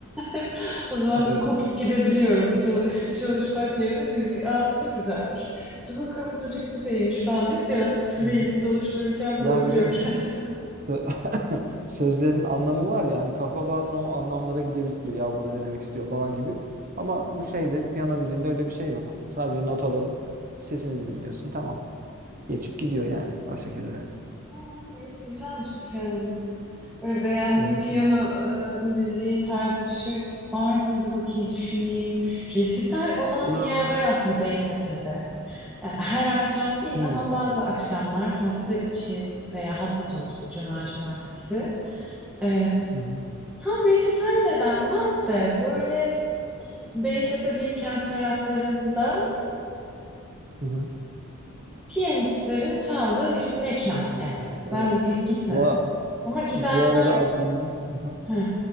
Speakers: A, in the centre; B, on the right (about 40°).
A: <laughs> O zaman
B: Evet.
A: böyle kopup gidebiliyorum. Çal- <laughs> çalışmak yerine müzik. Aa bu da güzelmiş. Dur bakalım bunun ritmi değilmiş falan deyip bir anda playlist
B: Hı hı.
A: oluştururken
B: Ya
A: bulabiliyorum
B: bir de
A: <laughs> kendimi.
B: Sö- <laughs> Sözlerin anlamı var ya hani kafa bazen o anlamlara gidebiliyor. Ya burada ne demek istiyor falan gibi. Ama bu şeyde piyano müziğinde öyle bir şey yok. Sadece notaların sesini dinliyorsun. Tamam. Geçip gidiyor yani o şekilde.
A: Hmm, Güzelmiş piyano müziği. Böyle beğendiğin
B: Hı hı.
A: piyano e, müziği tarzı bir şey var mıydı bakayım düşüneyim. Resital olan
B: Ya.
A: bir yer var aslında Beytepe'de. Yani her akşam değil
B: Hı
A: ama bazı akşamlar hafta içi veya hafta sonu işte cuma cumartesi. E,
B: hı.
A: tam resital de denmez de böyle Beytepe Bilkent taraflarında
B: Hı hı.
A: Piyanistlerin çaldığı bir mekan yani. Ben
B: Evet.
A: de pek gitmedim.
B: Bu, a-
A: Ama gidenler
B: bu arada aklıma hı hı.
A: heh,